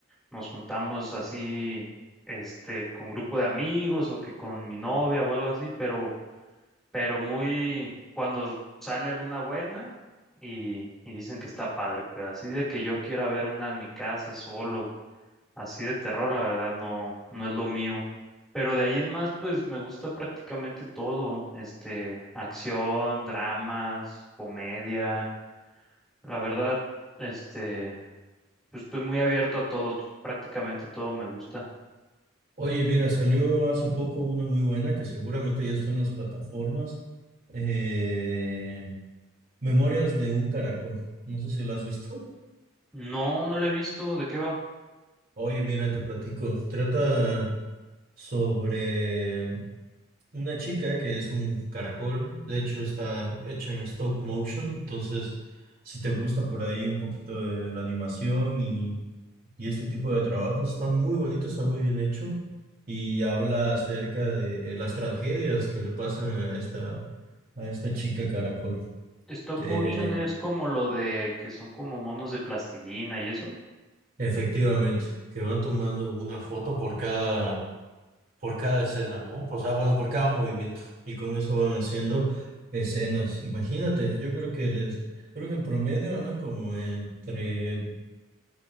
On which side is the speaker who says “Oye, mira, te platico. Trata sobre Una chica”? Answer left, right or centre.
Right